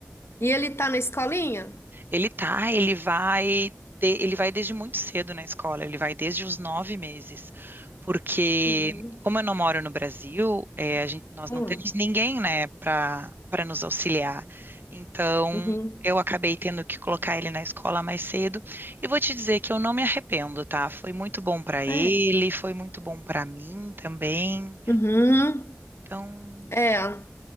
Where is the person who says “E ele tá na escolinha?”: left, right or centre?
Left